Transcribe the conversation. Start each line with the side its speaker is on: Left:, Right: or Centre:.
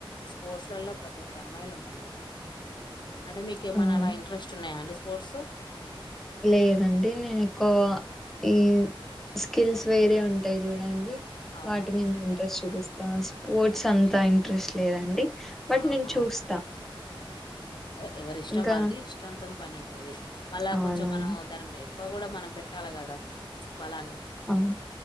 Left: స్పోర్ట్స్ లలో ప్రతి ఒక్క. అమ్మాయిలు ఉంటున్నారు. అంటే మీకు ఏమన్నా
Centre: అవును
Left: అలా ఇంట్రెస్ట్ ఉన్నాయా అండి స్పోర్ట్స్.
Centre: లేదండి నేను ఎక్కువ ఈ. స్కిల్స్ వేరే ఉంటాయి చూడండి.
Left: అవునా
Centre: వాటి మీద ఇంట్రెస్ట్ చూపిస్తా. స్పోర్ట్స్ అంతా ఇంట్రెస్ట్ లేదండి. బట్
Left: ఆహా
Centre: నేను చూస్తా
Left: అదే ఎవరి ఇష్టం
Centre: ఇంకా
Left: వాళ్ళది ఇష్టంతో పని ఉంటది మళ్ళా
Centre: అవునవును
Left: కొంచెం మనం దాని ఎక్కువ కూడా మనం పెట్ తలకదా బలాన్ని
Centre: అవును